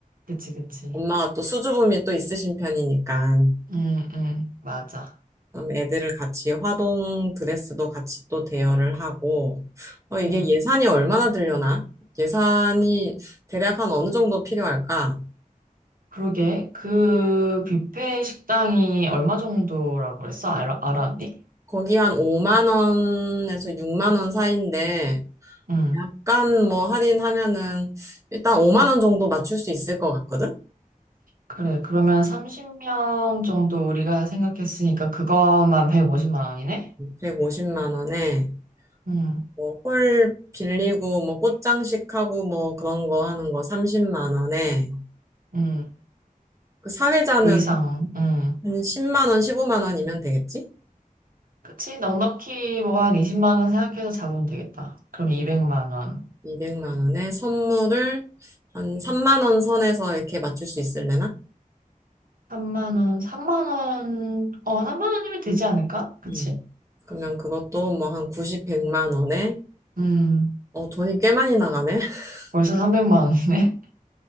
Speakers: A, on the right; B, on the right.
A: 그치, 그치.
B: 엄마가 또 수줍음이 또 있으신 편이니까
A: 음, 음, 맞아.
B: 그럼 애들을 같이 화동 드레스도 같이 또 대여를 하고 어, 이게
A: 음.
B: 예산이 얼마나 들려나? 예산이 대략 한 어느 정도 필요할까?
A: 그러게. 그 뷔페 식당이 얼마 정도라고 그랬어? 알아, 알았니?
B: 거기 한 5만 원에서 6만 원 사이인데
A: 응.
B: 약간 뭐 할인하면은 일단 5만 원 정도 맞출 수 있을 것 같거든?
A: 그래. 그러면 30명 정도 우리가 생각했으니까 그것만 150만 원이네?
B: 150만 원에
A: 응.
B: 뭐 홀 빌리고 뭐 꽃장식하고 뭐 그런 거 하는 거 30만 원에
A: 응.
B: 그 사회자는
A: 의상. 응.
B: 한 10만 원, 15만 원이면 되겠지?
A: 그치? 넉넉히 뭐 한 20만 원 생각해서 잡으면 되겠다. 그럼 200만 원.
B: 200만 원에 선물을 한 3만 원 선에서 이렇게 맞출 수 있을래나?
A: 3만 원. 3만 원. 어, 3만 원이면 되지 않을까? 그치?
B: 음. 그러면 그것도 뭐 한 90, 100만 원에
A: 음.
B: 어 돈이 꽤 많이 나가네. <laughs>
A: 벌써 300만 원이네.